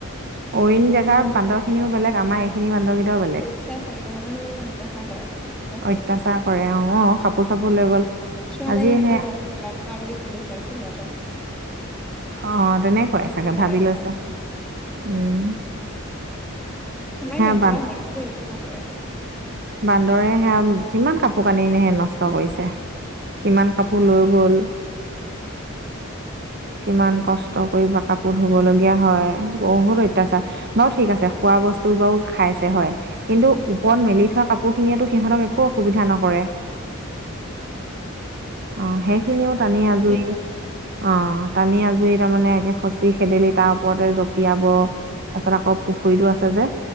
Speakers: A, on the right; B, in the centre.
A: অইন জেগাৰ বান্দৰ খিনিও বেলেগ আমাৰ এইখিনি বান্দৰকেট টা বেলেগ,
B: অত্যাচাৰী তহঁতৰ খিনি মানে অত্যাচাৰ কৰে অত্যাচাৰী
A: অত্যাচাৰ কৰে অ', কাপোৰ চাপোৰ লৈ গ'ল
B: <unintelligible>
A: আজি সেই অ', তেনেকুৱাই
B: পুৰা
A: চাগে ভাবি
B: অত্যাচাৰ
A: লৈছে। উম
B: আমাৰ
A: সেয়া
B: ইয়াতো
A: বান
B: আহে কিন্তু একো নকৰে।
A: বান্দৰে সেয়া, কিমান কাপোৰ কানি নি নষ্ট কৰিছে। কিমান কাপোৰ লৈ গ'ল?
B: <inaudible>
A: কিমান কষ্ট কৰি বা কাপোৰ ধুব লগীয়া হয় বহুত অত্যাচাৰ, বাৰু ঠিক আছে খোৱা বস্তু বাও খাইছে হয়, কিন্তু ওপৰত
B: উম
A: মেলি থোৱা কাপোৰখিনিয়ো সিহঁতক একো অসুবিধা নকৰে।
B: অ',
A: অ', সেইখিনিও টানি আজুৰি
B: কয়
A: অ', টানি আজুৰি তাৰমানে একে খচি খেদিলি তাৰ ওপৰতে জ <unintelligible> তাৰপিছত আকৌ পুখুৰীতো
B: উম,
A: আছে যে,